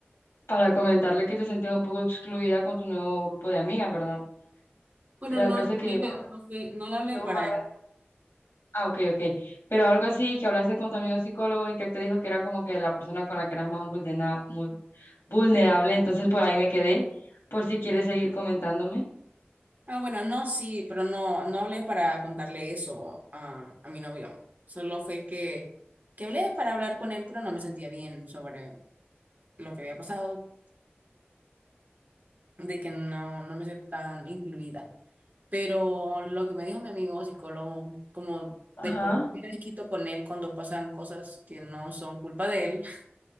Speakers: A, on the left (about 85°); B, on the right (about 45°).
A: para comentarle que te sentías un poco excluida con tu nuevo grupo de amigas, ¿verdad?
B: Bueno,
A: La
B: no,
A: clase
B: no,
A: que
B: fue-
A: llevabas,
B: no, fue- no le hablé
A: que vos
B: para
A: hablaste.
B: él.
A: Ah, ok, ok. Pero algo así que hablaste con tu amigo psicólogo y que él te dijo que era como que la persona con la que eras más vulnera- mul- vulnerable, entonces por ahí me quedé, por si quieres seguir comentándome.
B: Ah, bueno, no, sí, pero no, no hablé para contarle eso a, a mi novio. Solo fue que, que hablé para hablar con él, pero no me sentía bien sobre lo que había pasado, de que no, no me sentía tan incluida. Pero lo que me dijo mi amigo psicólogo, como
A: Ajá.
B: del por qué me desquito con él cuando pasan cosas que no son culpa de él, <laughs>